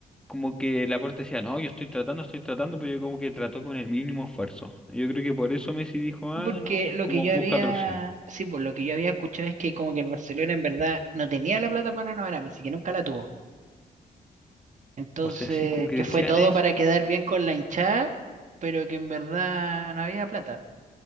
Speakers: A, in the centre; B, on the right.
A: como que Laporte decía, no, yo estoy tratando, estoy tratando, pero yo como que trató con el mínimo esfuerzo. Y Yo creo que por eso Messi dijo,
B: Sí,
A: ah,
B: Porque
A: no,
B: lo
A: como
B: que yo
A: busca
B: había,
A: otra opción.
B: sí, por lo que yo había escuchado es que como que el Barcelona en verdad no tenía la plata para renovar a Messi, que nunca la tuvo. Entonces,
A: O sea, sí, como que
B: que
A: decían
B: fue todo
A: eso,
B: para quedar bien con la hinchada, pero que en verdad no había plata.